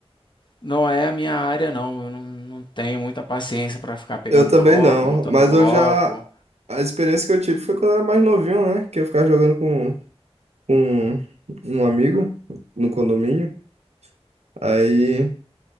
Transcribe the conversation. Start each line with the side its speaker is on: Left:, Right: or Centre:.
Left: Não é a minha área, não. Eu não, não tenho muita paciência para ficar pegando
Right: eu também
Left: bloco,
Right: não.
Left: montando
Right: Mas
Left: bloco.
Right: eu já. A experiência que eu tive foi quando eu era mais novinho, né? Que eu ficava jogando com, com um amigo no condomínio. Aí.